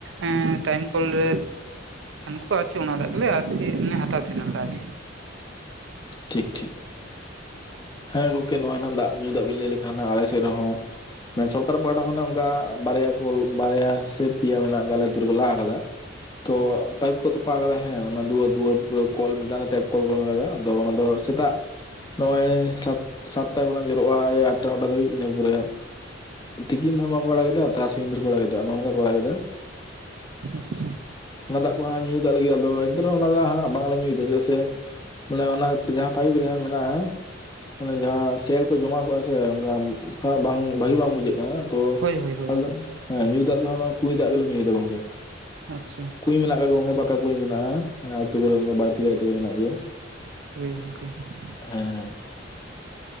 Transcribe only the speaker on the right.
ᱮ ᱴᱟᱭᱤᱢ ᱠᱚᱞ ᱨᱮ ᱦᱟᱱᱠᱩ ᱟᱜ ᱟᱪᱷᱩ ᱦᱤᱡᱩᱜ-ᱟ ᱪᱮ ᱟᱨ ᱪᱮ ᱚᱱᱟ ᱫᱟᱜ ᱜᱮᱞᱮ ᱟᱨ ᱦᱟᱛᱟᱣ ᱛᱟᱦᱮᱱᱟᱞᱮ ᱟᱨ ᱪᱮ
ᱟᱪᱪᱷᱟ
ᱦᱳᱭ ᱦᱳᱭ ᱦᱳᱭ
ᱟᱪᱪᱷᱟ
ᱦᱳᱭ ᱜᱚᱝᱠᱮ ᱾